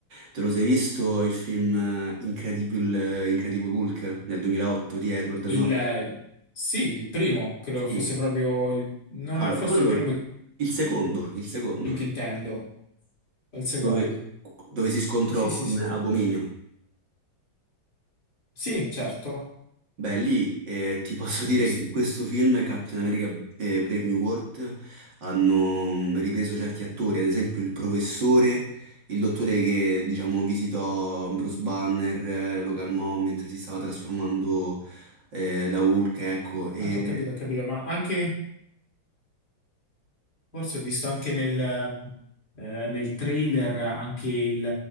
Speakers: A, on the right (about 60°); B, on the left (about 50°).
A: Te lo sei visto il film eh, Incredible, Incredible Hulk del 2008 di Edward
B: Il,
A: Norton?
B: sì, il primo, credo che
A: Sì.
B: fosse proprio il, non
A: No,
B: è forse
A: eh, quello,
B: il primo il
A: il secondo, il secondo,
B: che intendo, è il secondo.
A: dove, dove si scontrò
B: Sì, sì,
A: con
B: sì.
A: Abominio.
B: Sì, certo,
A: Beh, lì eh, ti posso
B: l'ho
A: dire
B: visto.
A: che in questo film Captain America e Brave New World hanno mm, ripreso certi attori, ad esempio il professore, il dottore che diciamo visitò Bruce Banner, eh, lo calmò mentre si stava trasformando eh, da Hulk, ecco, e
B: Certo, ho capito, ho capito, ma anche, forse ho visto anche nel, eh, nel trailer anche il,